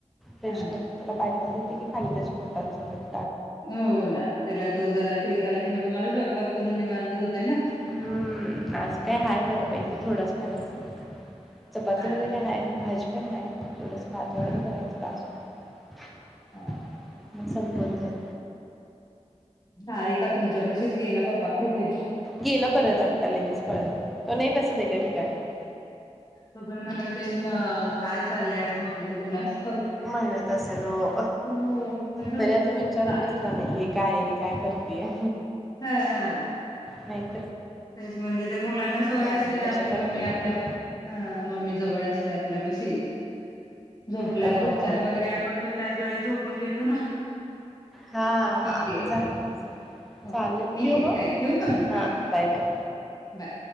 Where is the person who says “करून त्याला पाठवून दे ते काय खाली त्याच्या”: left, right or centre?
Centre